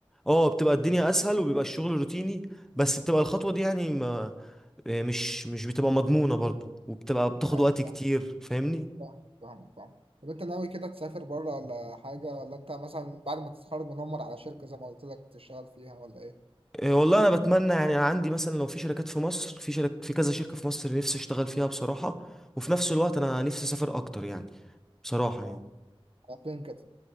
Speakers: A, in the centre; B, on the right.
A: اه بتبقى الدنيا اسهل وبيبقى الشغل روتيني بس بتبقى الخطوه دي يعني ما آه، مش مش بتبقى مضمونه برضو وبتبقى بتاخد
B: ايوه
A: وقت كتير
B: فاهمك
A: فاهمني
B: فاهمك فاهمك فاهمك طب انت ناوي كده تسافر بره ولا حاجه ولا انت مثلا بعد ما تتخرج منمر على شركه زي ما قلت لك تشتغل فيها ولا ايه؟
A: إيه والله انا بتمنى يعني أنا عندي مثلا لو في شركات في مصر في شرك في كذا شركة في مصر نفسي اشتغل فيها بصراحة وفي نفس الوقت انا نفسي اسافر اكتر يعني بصراحة
B: اه
A: يعني
B: على فين كده؟